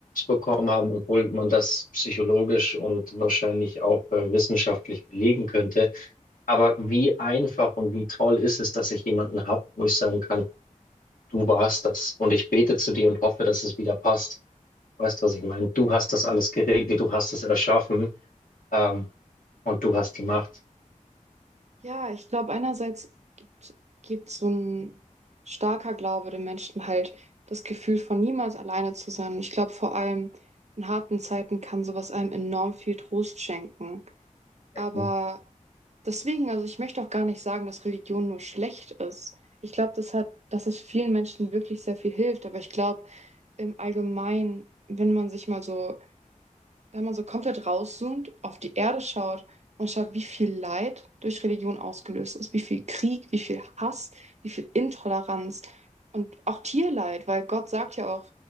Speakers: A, on the left; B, on the right.
A: bekommen haben, obwohl man das psychologisch und wahrscheinlich auch äh, wissenschaftlich belegen könnte. Aber wie einfach und wie toll ist es, dass ich jemanden habe, wo ich sagen kann, du warst das und ich bete zu dir und hoffe, dass es wieder passt. Weißt du, was ich meine? Du hast das alles geregelt, du hast es erschaffen, ähm, und du hast die Macht.
B: Ja, ich glaube, einerseits gibt, gibt so ein starker Glaube den Menschen halt das Gefühl von niemals alleine zu sein. Und ich glaube, vor allem in harten Zeiten kann sowas einem enorm viel Trost schenken. Aber
A: Mhm.
B: deswegen, also ich möchte auch gar nicht sagen, dass Religion nur schlecht ist. Ich glaube, das hat, dass es vielen Menschen wirklich sehr viel hilft. Aber ich glaube, im Allgemeinen, wenn man sich mal so wenn man so komplett rauszoomt, auf die Erde schaut und schaut, wie viel Leid durch Religion ausgelöst ist, wie viel Krieg, wie viel Hass, wie viel Intoleranz und auch Tierleid, weil Gott sagt ja auch,